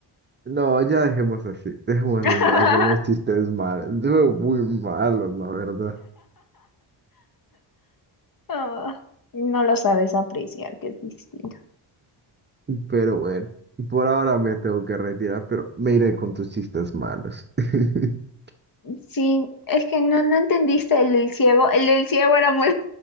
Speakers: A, on the right; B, on the left.
A: No, ya dejemos así. Dejemos
B: <laughs>
A: ya con los chistes malos. Son Muy malos, la verdad.
B: Ah, No lo sabes apreciar, que es distinto.
A: Pero bueno, por ahora me tengo que retirar, pero me iré con tus chistes malos. <laughs>
B: Sí, es que no, no entendiste el del ciego. El del ciego era muy...